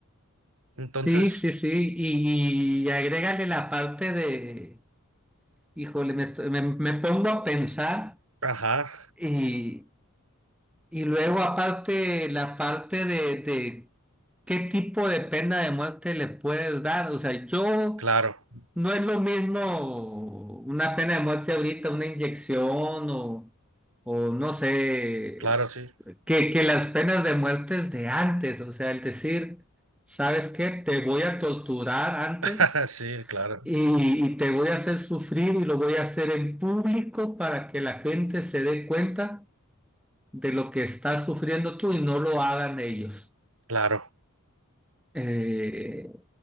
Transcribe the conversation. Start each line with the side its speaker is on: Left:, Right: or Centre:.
Right: Entonces,
Centre: Sí, sí, sí, y, y agrégale la parte de, híjole, me, estoy- me, me pongo a pensar
Right: ajá,
Centre: y Y luego aparte la parte de, de qué tipo de pena de muerte le puedes dar. O sea, yo
Right: claro,
Centre: no es lo mismo una pena de muerte ahorita, una inyección o, o no sé,
Right: claro, sí.
Centre: que, que las penas de muerte de antes. O sea, el decir, ¿sabes qué? Te voy a torturar antes
Right: <laughs> Sí, claro,
Centre: y, y te voy a hacer sufrir y lo voy a hacer en público para que la gente se dé cuenta de lo que estás sufriendo tú y no lo hagan ellos.
Right: claro.
Centre: Eh,